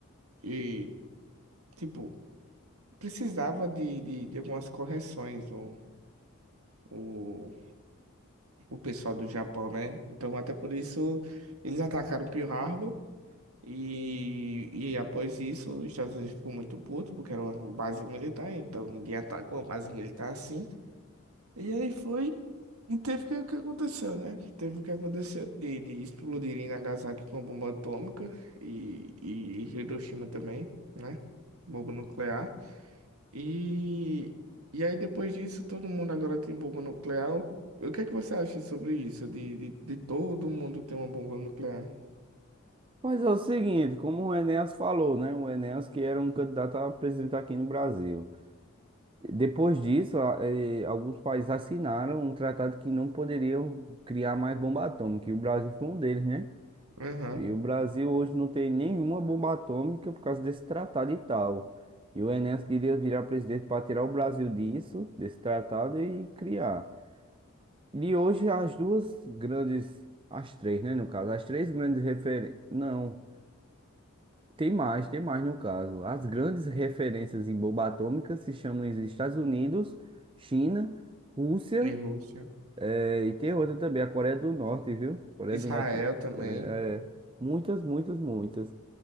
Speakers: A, on the right; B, on the right.
A: E, tipo, precisava de, de, de algumas correções o, o, o pessoal do Japão, né? Então, até por isso, eles atacaram Pearl Harbor. E, e após isso, os Estados Unidos ficou muito puto, porque era uma base militar, então ninguém atacou uma base militar assim. E aí foi. E teve o que, o que aconteceu, né? Teve o que aconteceu de, de explodirem Nagasaki com a bomba atômica e, e Hiroshima também, né? Bomba nuclear. E, e aí, depois disso, todo mundo agora tem bomba nuclear. O o que é que você acha sobre isso? De, de, de todo mundo ter uma bomba nuclear?
B: Mas é o seguinte, como o Enéas falou, né? O Enéas que era um candidato a presidente aqui no Brasil. Depois disso, a- eh, alguns países assinaram um tratado que não poderiam criar mais bomba atômica, e o Brasil foi um deles, né?
A: Aham.
B: E o Brasil hoje não tem nenhuma bomba atômica por causa desse tratado e tal. E o Enéas queria virar presidente para tirar o Brasil disso, desse tratado e criar. E hoje as duas grandes, as três, né, no caso, as três grandes referências, não. Tem mais, tem mais no caso. As grandes referências em bomba atômica se chamam os Estados Unidos, China, Rússia,
A: E Rússia.
B: eh, e tem outra também, a Coreia do Norte, viu? Coreia
A: Israel
B: do Norte,
A: também.
B: Coreia, é, muitas, muitas, muitas.